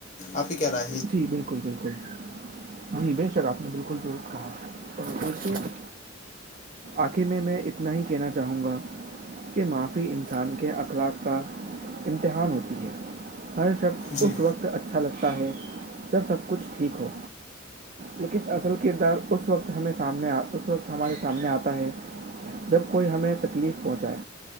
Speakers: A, on the left (about 40°); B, on the right (about 40°).
A: آپ ہی کیا را
B: جی بالکل بالکل جی بے شک آپ نے بالکل درست کہا اور ار آخر میں میں اتنا ہی کہنا چاہوں گا کہ معافی انسان کے اخلاق کا امتحان ہوتی ہے ہر شخص
A: جی
B: اس وقت اچھا لگتا ہے جب سب کچھ ٹھیک ہو لیکن اصل کردار اس وقت ہم اس وقت ہمارے سامنے آتا ہے جب کوئی ہمیں تکلیف پہنچائے